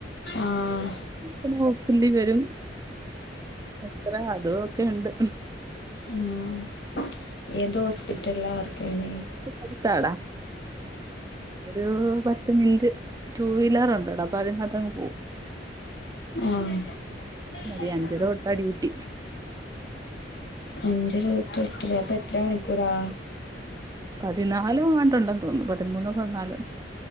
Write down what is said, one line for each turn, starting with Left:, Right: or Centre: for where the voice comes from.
Left: ആഹ്
Right: പിന്നെ ഹോസ്പിറ്റലിൽ വരും അത്ര അതും ഒക്കെ ഉണ്ട്
Left: ആഹ് ഏതൊസ്പിറ്റൽലാ വർക്കെയ്യ്ണെ?
Right: അടുത്താടാ. ഒരു പത്ത് മിനിറ്റ് ടുവീലർ ഉണ്ടടാ അപ്പ അതിനകത്തങ്ങ് പോവും.
Left: ആഹ്
Right: അതി അഞ്ചര തൊട്ടാ ഡ്യൂട്ടി
Left: അഞ്ചര തൊട്ട് എട്ടരെ. അപ്പൊ എത്ര മണിക്കൂറാ?
Right: പതിനാലും അങ്ങാട്ടുണ്ടന്ന് തോന്നുന്നു പതിമൂന്നൊ പതിനാലൊ